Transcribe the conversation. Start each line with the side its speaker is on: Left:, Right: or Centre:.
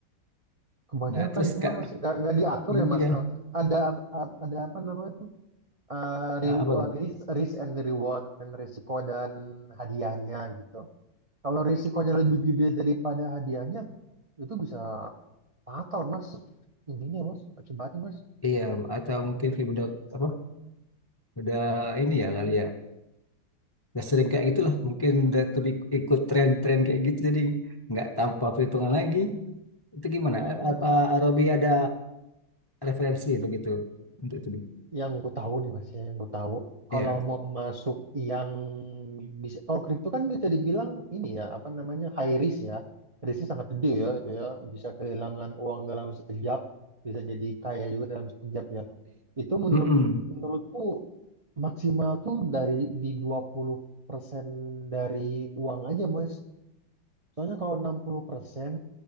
Right: Kebanyakan
Left: nah terus
Right: itu
Left: kak
Right: mas nggak nggak diatur
Left: iya
Right: ya mas. Eh, Ada ada apa namanya tuh eh, re-
Left: a- apa
Right: eh,
Left: tuh
Right: risk risk and reward kan risiko dan hadiahnya gitu. Kalau risikonya lebih gede daripada hadiahnya itu bisa fatal mas. Ininya mas akibatnya mas.
Left: iya atau mungkin kayak udah apa udah ini ya kali ya udah sering kayak gitulah mungkin udah terbi- ikut tren-tren kayak gitu jadi nggak tanpa perhitungan lagi itu gimana
Right: Oh
Left: A- apa Robi ada referensi itu gitu untuk itu
Right: yang gue tahu nih mas ya, yang gue tahu
Left: ya
Right: kalau mau masuk yang bisa oh kripto kan bisa dibilang ini ya apa namanya high risk ya risknya sangat gede ya itu ya bisa kehilangan uang dalam sekejap bisa jadi kaya juga dalam sekejap ya itu menurut
Left: mm
Right: menurutku maksimal tuh dari di dua puluh persen dari uang aja mas soalnya kalau 60%